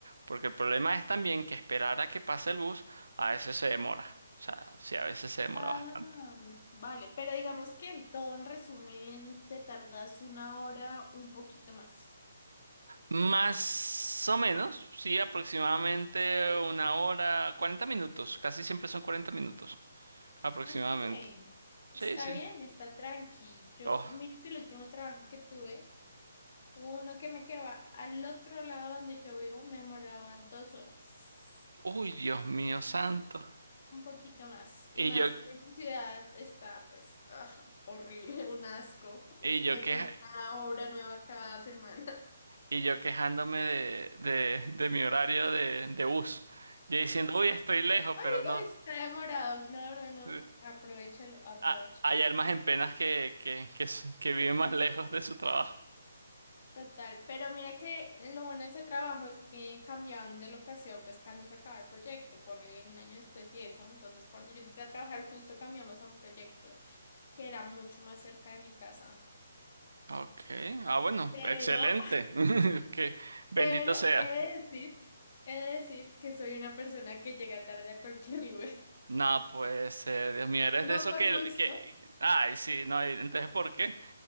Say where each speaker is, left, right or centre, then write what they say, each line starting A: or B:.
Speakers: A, on the right; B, on the left.
A: Porque el problema es también que esperar a que pase el bus a veces se demora. O sea, sí, a veces se demora
B: Ah,
A: bastante.
B: vale. Pero digamos que en todo, en resumen, te tardas una hora, un poquito más.
A: Más o menos, sí, aproximadamente una hora, 40 minutos, casi siempre son 40 minutos, aproximadamente.
B: Ok.
A: Sí,
B: Está
A: sí.
B: bien, está tranqui. Yo,
A: Oh,
B: mira que el último trabajo que tuve... Uno que me quedaba al otro lado donde yo vivo me demoraba dos horas,
A: uy, Dios mío santo.
B: un poquito más. Y
A: Y
B: más
A: yo,
B: que mi ciudad está, pues, ah, horrible, <laughs> un asco.
A: y yo
B: Meten
A: queja-
B: una obra nueva cada semana. <laughs>
A: y yo quejándome de, de, de mi horario de, de bus. Yo diciendo, uy, estoy lejos,
B: Ay,
A: pero no.
B: uy, está demorado. No, no, no.
A: Sí.
B: Aprovechalo, aprovecha.
A: Ah, hay almas en penas que, que, que, s- que viven más lejos de su trabajo.
B: Total. Pero mira que lo bueno de ese trabajo es que cambiaron de locación, pues cuando se acaba el proyecto, ponle un año después y eso. Entonces, cuando yo entré a trabajar, justo cambiamos a un proyecto. que era mucho más cerca de mi casa.
A: Ok, ah, bueno,
B: Pero,
A: excelente. <laughs> Que bendito
B: pero
A: sea.
B: he de decir, he de decir que soy una persona que llega tarde a cualquier <laughs> lugar.
A: No, pues, eh, Dios mío, eres
B: No
A: de eso
B: por
A: que,
B: gusto,
A: que... Ay, sí, no, y entonces, ¿por qué?